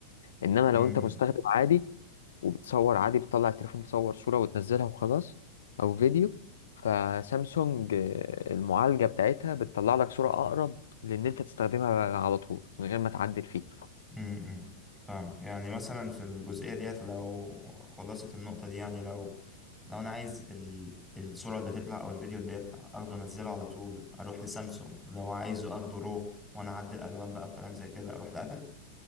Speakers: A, on the left; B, in the centre.
A: انما
B: م-
A: لو انت مستخدم
B: م-
A: عادي وبتصور عادي بتطلع التليفون تصور صوره وتنزلها وخلاص او فيديو فسامسونج آه، المعالجه بتاعتها بتطلع لك صوره اقرب لان انت تستخدمها على طول من غير ما تعدل فيه
B: م- م. فاهم يعني مثلا في الجزئية ديت لو خلاصة النقطة دي يعني لو لو انا عايز ال... الصورة اللي تطلع او الفيديو اللي يطلع اخده انزله على طول اروح لسامسونج لو عايزه اخده رو وانا اعدل الالوان بقى وكلام زي كده اروح لابل